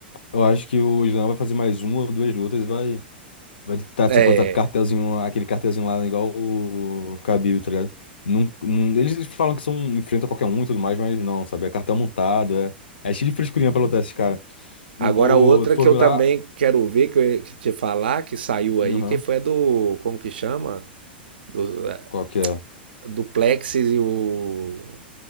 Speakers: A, on the left (about 65°); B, on the right (about 65°).
A: Eu acho que o Islam vai fazer mais uma ou duas lutas e vai. Vai tentar
B: É,
A: se aposentar com cartelzinho, aquele cartelzinho lá, igual o Khabib, tá ligado? Não, não- eles falam que são, enfrentam qualquer um e tudo mais, mas não, sabe? É cartel montado, é, é cheio de frescurinha pra lutar esses caras. O,
B: Agora outra
A: tu for
B: que eu
A: ver
B: também
A: lá,
B: quero ver, que eu ia te falar, que saiu aí,
A: aham,
B: que foi a do, como que chama? Do, eh,
A: qual que é?
B: do Plexis e o,